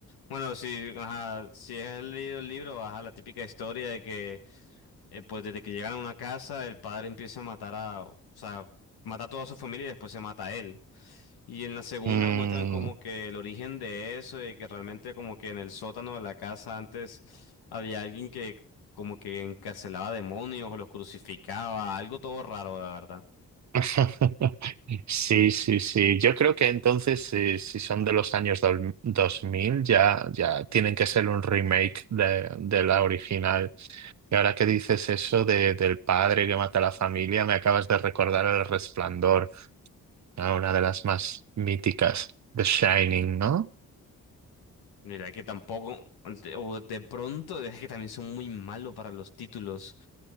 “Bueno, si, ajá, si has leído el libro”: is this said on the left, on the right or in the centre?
Left